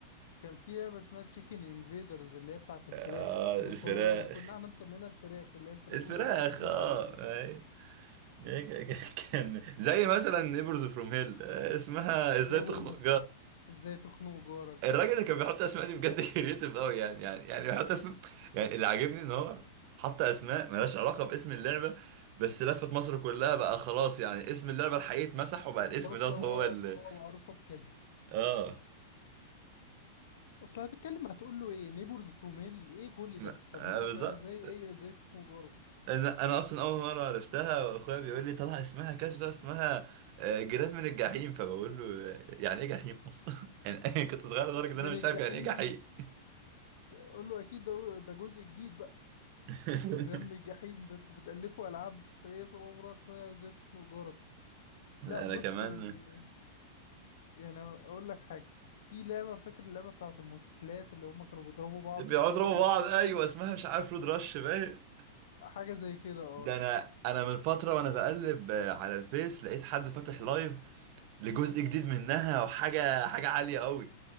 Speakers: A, on the left; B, on the right.
A: كان في لعبة اسمها تشيكن انفيدرز اللي هي بتاعت الفراخ
B: آه
A: كانوا
B: الفراخ
A: كو- كنا احنا مسمينها الفراخ اللي هي الفراخ
B: الفراخ
A: اللي تقعد تبيض
B: اه
A: عليك دي
B: أي. <laughs> كان زي مثلا نيبرز فروم هيل اسمها
A: نيبورز
B: ازاي تخنق
A: فراخ ازاي تخنق جارك
B: الراجل اللي كان بيحط اسماء دي بجد <laughs> كريتيف قوي يعني يعني يعني بيحط اسماء يعني اللي عاجبني ان هو حط اسماء ملهاش علاقه باسم اللعبه بس لفت مصر كلها بقى خلاص يعني اسم اللعبه الحقيقي اتمسح وبقى الاسم
A: بص
B: دوت
A: هو
B: هو اللي
A: هو معروفة بكده
B: اه
A: اصل هتتكلم هتقول له ايه نيبورز فروم هيل ايه كل
B: م-
A: ده طب
B: آه،
A: ما
B: بالظبط
A: ده زي هي ازاي تخنق جارك
B: انا انا اصلا اول مره عرفتها واخويا بيقول لي طلع اسمها كذا اسمها آه، جيران من الجحيم فبقول له آه، يعني ايه جحيم اصلا <laughs> يعني أنا كنت صغير لدرجه ان
A: من
B: انا مش
A: الجحيم
B: عارف يعني ايه جحيم
A: قول له اكيد ده ده جزء جديد بقى
B: <laughs>
A: جرام الجحيم ده انتوا بتألفوا العاب فهي طول عمرها اسمها ازاي تخنق جارك
B: انا
A: لا بص
B: كمان
A: و... يعني اقول لك حاجه في لعبه فاكر اللعبه بتاعت الموتوسيكلات اللي هم كانوا بيضربوا بعض
B: بيقعدوا
A: دي
B: يضربوا
A: اللي بيمسك
B: بعض ايوه اسمها مش عارف رود رش باين
A: حاجه زي كده اه
B: ده انا انا من فتره وانا بقلب آه، على الفيس لقيت حد فاتح لايف لجزء جديد منها وحاجه حاجه عاليه قوي